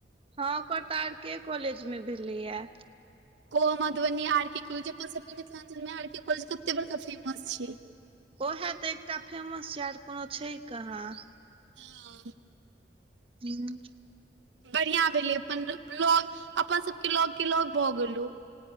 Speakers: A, on the right; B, on the right.
A: हँ ओकर त आर के कॉलेज मे भेलेया
B: कोन मधुबनी आर के कॉलेज अपन सबके मिथिलाञ्चल मे आर के कॉलेज कते बड़का फेमस छै
A: ओएहे तऽ एकटा फेमस छै आर कोनो छै कहाँ
B: हँ
A: हुँ
B: बढ़िया भेलै अपन लग अपन सबके लग के लग भऽ गेलो